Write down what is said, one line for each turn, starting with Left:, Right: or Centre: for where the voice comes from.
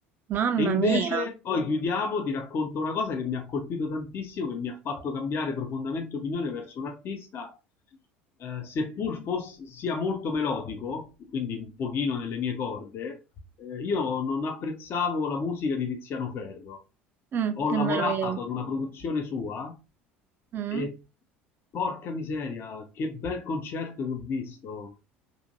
Right: Mamma
Left: E invece,
Right: mia.
Left: poi chiudiamo, ti racconto una cosa che mi ha colpito tantissimo, che mi ha fatto cambiare profondamente opinione verso un artista eh, seppur fosse, sia molto melodico, quindi un pochino nelle mie corde, eh, io non apprezzavo la musica di Tiziano Ferro.
Right: Mm,
Left: Ho lavorato
Right: nemmeno io.
Left: ad una produzione sua
Right: Mm.
Left: e porca miseria, che bel concerto che ho visto.